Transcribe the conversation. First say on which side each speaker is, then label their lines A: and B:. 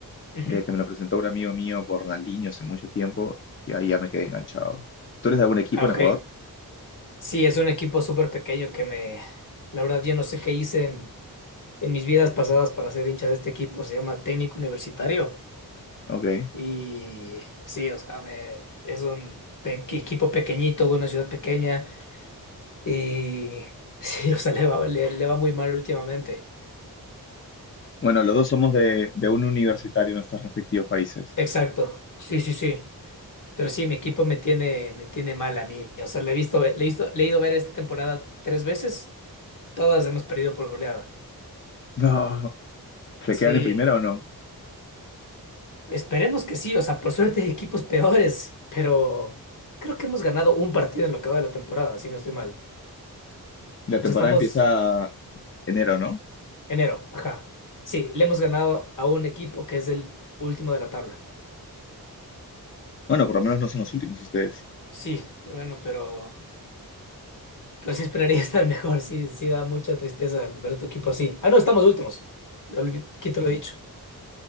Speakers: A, on the left; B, on the left.
A: Ujú.
B: desde que me lo presentó un amigo mío por Ronaldinho hace mucho tiempo y ahí ya me quedé enganchado. ¿Tú eres de algún equipo
A: Ah,
B: en
A: ok.
B: Ecuador?
A: Sí, es un equipo súper pequeño que me... La verdad, yo no sé qué hice en, en mis vidas pasadas para ser hincha de este equipo. Se llama Técnico Universitario.
B: Ok.
A: Y sí, o sea, me- es un pe- equipo pequeñito de una ciudad pequeña. Y <laughs> sí, o sea, le va, le le va muy mal últimamente.
B: Bueno, los dos somos de, de un universitario en nuestros respectivos países.
A: Exacto. Sí, sí, sí. Pero sí, mi equipo me tiene, me tiene mal a mí. O sea, le he visto, le he visto, le he ido a ver esta temporada tres veces. Todas hemos perdido por goleada.
B: No. ¿Se
A: Sí,
B: quedan en primera o no?
A: esperemos que sí. O sea, por suerte hay equipos peores, pero creo que hemos ganado un partido en lo que va de la temporada, si no estoy mal.
B: La
A: O
B: temporada
A: sea, estamos
B: empieza enero, ¿no?
A: enero, ajá. Sí, le hemos ganado a un equipo que es el último de la tabla.
B: Bueno, por lo menos no son los últimos ustedes.
A: Sí, bueno, pero, pero sí esperaría <laughs> estar mejor. Sí, sí da mucha tristeza al ver a tu equipo así. Ah, no, estamos últimos. Olvi- Quito lo dicho.